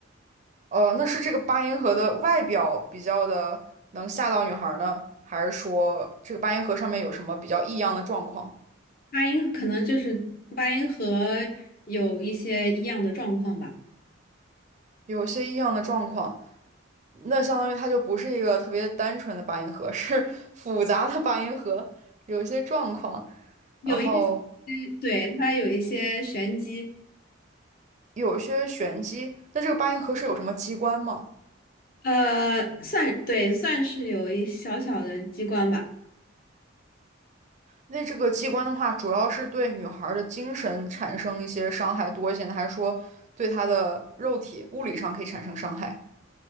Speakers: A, on the right (about 35°); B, on the left (about 45°).
A: 呃，那是这个八音盒的外表比较的能吓到女孩呢，还是说这个八音盒上面有什么比较异样的状况？
B: 八音可能就是八音盒有一些异样的状况吧，
A: 有些异样的状况。那相当于它就不是一个特别单纯的八音盒，<laughs> 是复杂的八音盒，有一些状况，
B: 有一些，
A: 然后
B: 对，它有一些玄机，
A: 有一些玄机。那这个八音盒是有什么机关吗？
B: 呃，算，对，算是有一小小的机关吧。
A: 那这个机关的话，主要是对女孩儿的精神产生一些伤害多一些呢，还是说对她的肉体物理上可以产生伤害？